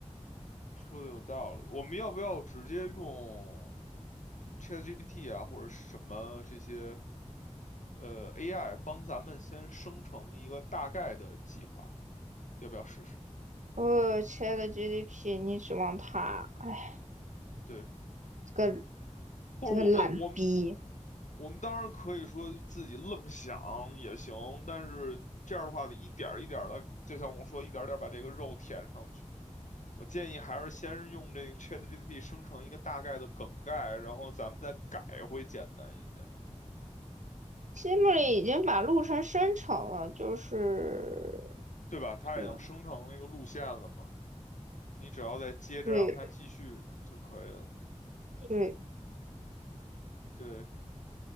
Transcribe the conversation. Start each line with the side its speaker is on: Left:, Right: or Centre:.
Left: 说的有道理，我们要不要直接用 ChatGPT 啊，或者什么这些呃 AI 帮咱们先生成一个大概的计划？要不要试试？
Right: 呃，亲爱的 GDP，你指望他？哎，
Left: 对，
Right: 这个
Left: 或者我们我们
Right: 这个懒逼。
Left: 我们当然可以说自己愣想也行，但是这样的话得一点儿一点的，就像我说，一点儿点儿把这个肉填上去。我建议还是先用这个 ChatGPT 生成一个大概的梗概，然后咱们再改会简单一些。
Right: 西木里已经把路程生成了，就是
Left: 对吧？它已经生成那个路线了嘛，
Right: 这
Left: 你只要再接着让它继续就可以了。
Right: 对对，
Left: 对